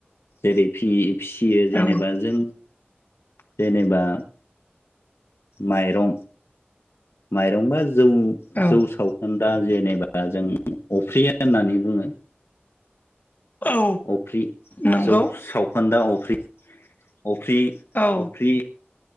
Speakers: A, on the left; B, on the left.
A: जेरै फि फिसियो जेनेबा
B: औ
A: जों जेनेबा माइरं माइरंबा जौ
B: औ
A: जौ सावखोन दा जेनेबा जों अफ्रिय होननानै बुङो
B: औ
A: अफ्रि
B: नंगौ
A: जौ सावखोन्दा अफ्रि अफ्रि
B: औ
A: अफ्रि